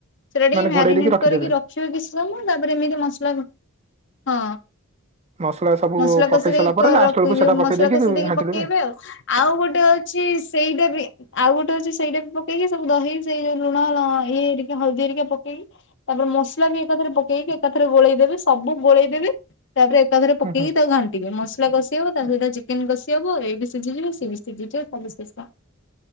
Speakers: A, on the left; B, on the right.
A: ସେଟା ଟିକେ
B: ମାନେ
A: ମ୍ୟାରିନେଟ୍
B: ଘୋଡେଇ ଦେଇକି ରଖିଦେବେ
A: କରିକି ରଖିବେ କିଛି ସମୟ ତାପରେ ଏମିତି ମସଲା ହଁ
B: ମସଲା ସବୁ
A: ମସଲା
B: ପକେଇ
A: କଶି ଦେଇକି
B: ସାରିଲା ପରେ ଲାଷ୍ଟ
A: ରଖ
B: ବେଳକୁ ସେଟା ପକେଇ
A: ମସଲା କଷି ଦେଇକି
B: ଘାଣ୍ଟି
A: ପକେଇବେ
B: ଦେବେ।
A: ଆଉ। ଆଉ ଗୋଟେ ଅଛି ସେଇଟା ଆଉ ଗୋଟେ ହୋଉଛି ସେଇଟା ବି ପକେଇକି ସବୁ ଦହି ସେଇ ଯୋଉ ଲୁଣ ଲ ଇଏ ହେରିକା ହଳଦୀ ହେରିକା ପକେଇକି ତାପରେ ମସଲା ବି ଏକାଥରେ ପକେଇକି ଏକାଥରେ ଗୋଳେଇଦେବେ ସବୁ ଗୋଳେଇଦେବେ ତାପରେ ଏକାଥରେ ପକେଇକି
B: ହୁଁ ହୁଁ
A: ତାକୁ ଘା ଟିକେ ମସଲା କଷି ହବ ତା ସହିତ ଚିକେନ କଷି ହବ ଏଇବି ସିଝିଯିବ ସିଏବି ସିଝି ଯିବ ସବୁ ଶେଷ।